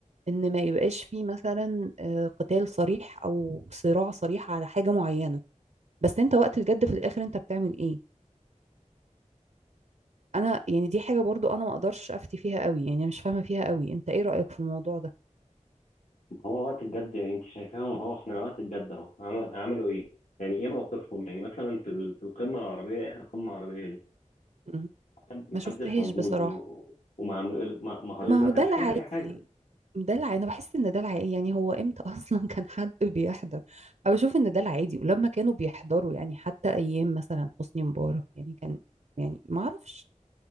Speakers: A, on the right (about 65°); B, on the left (about 75°).
A: ان ما يبقاش فيه مثلا آه، قتال صريح او صراع صريح على حاجه معينه بس انت وقت الجد في الاخر انت بتعمل ايه انا يعني دي حاجة برضو انا ما اقدرش افتي فيها قوي يعني مش فاهمة فيها قوي انت ايه رأيك في الموضوع ده
B: هو وقت الجد يعني انت شايفاهم اهو احنا وقت الجد اهو عم- عملوا ايه؟ يعني ايه موقفهم؟ يعني مثلا في ال- في القمة العربية اخر قمة عربية دي
A: مم.
B: محد- محدش
A: ما شفتهاش
B: موجود
A: بصراحة
B: و... وما عمل... ما ما هربنا،
A: ما
B: ما
A: هو
B: كانش
A: ده العادي
B: فيها اي حاجة
A: ده العادي انا بحس ان ده العادي يعني هو امتى <laughs> اصلا كان حد بيحضر انا بشوف ان ده العادي ولما كانوا بيحضروا يعني حتى ايام مثلا حسني مبارك يعني كان يعني ما اعرفش